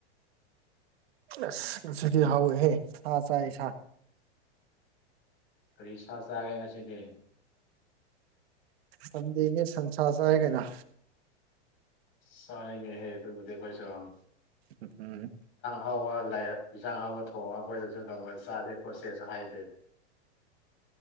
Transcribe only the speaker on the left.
ꯀꯔꯤ ꯁꯥ ꯆꯒꯦ ꯉꯁꯤꯗꯤ
ꯆꯅꯒꯦ ꯍꯦ ꯇꯕꯨꯗꯤꯣꯏꯁꯣ
ꯑꯍꯥꯎꯕ ꯂꯥꯏ ꯌꯦꯟꯖꯥꯡ ꯍꯍꯥꯎꯕ ꯊꯣꯡꯉꯒ ꯑꯩꯈꯣꯏꯗꯁꯨ ꯅꯣꯡꯃꯗ ꯆꯥꯥꯁꯦ ꯈꯣꯠꯁꯦꯁꯨ ꯍꯥꯏꯗꯦ <unintelligible>